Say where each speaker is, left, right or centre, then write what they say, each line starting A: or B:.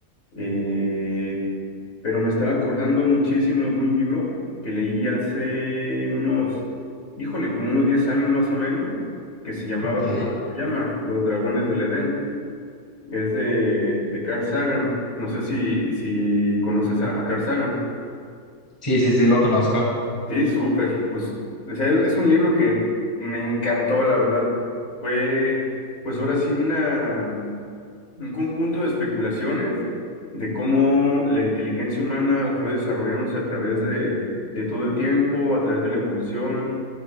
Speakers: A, on the left (about 55°); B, on the left (about 20°).
A: Eh, pero me estaba acordando muchísimo de un libro que leí hace unos, híjole, como unos 10 años más o menos, que se llamaba,
B: Ok.
A: llama Los Dragones del Edén. Es de, de Carl Sagan. No sé si, si conoces a, a Carl Sagan.
B: Sí, sí, sí, lo conozco.
A: Sí, súper. Pues o sea, es un libro que me encantó, la verdad. Fue, pues ahora sí, una, un conjunto de especulaciones de cómo la inteligencia humana fue desarrollándose a través de, de todo el tiempo, a través de la evolución.